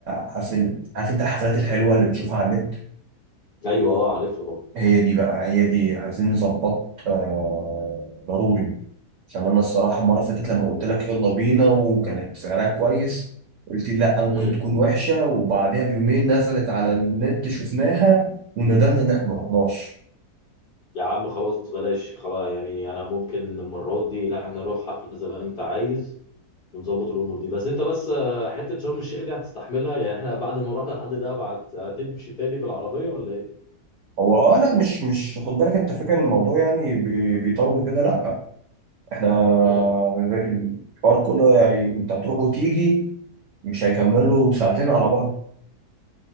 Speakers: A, on the right (about 65°); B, on the left (about 50°).
A: حفل عارف انت الحفلات الحلوه اللي بتشوفها على النت
B: ايوه اه عارفها طبعا
A: هي دي بقى هي دي عايزين نظبط آه ضروري عشان انا الصراحه المره اللي فاتت لما قلت لك يلا بينا وكانت سعرها كويس قلت لي لا ممكن
B: امم
A: تكون وحشه وبعدها بيومين نزلت على النت شفناها وندمنا ان احنا ما رحناش
B: يا عم خلاص بلاش خلاص يعني انا ممكن المره دي لا هنروح حفله زي ما انت عايز بنظبط الامور دي بس انت بس آه، حته شرم الشيخ دي هتستحملها يعني احنا بعد ما رحنا لحد ده بعد هتمشي تاني بالعربيه ولا ايه
A: هو اه لا مش مش خد بالك انت فاكر الموضوع يعني بي- بيطول كده لا احنا
B: امم
A: الحوار كله يعني انت هتروح وتيجي مش هيكملوا ساعتين على بعض